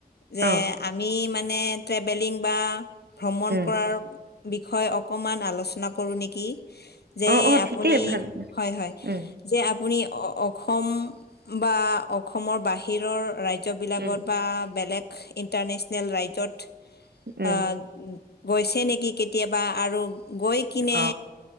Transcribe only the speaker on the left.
যে-
আমি মানে, ট্ৰেভেলিং বা ভ্ৰমণ
কৰাৰ- বিষয়, অকমান আলোচনা কৰো নেকি? যে
আপুনি,
হয়, হয়,
যে আপুনি- অসম বা অসমৰ বাহিৰৰ ৰাজ্যবিলাকত
বা বেলেগ- ইণ্টাৰনেশ্যনেল ৰাইজত,
আহ, গৈছে নেকি কেতিয়াবা আৰু? গৈ কিনে,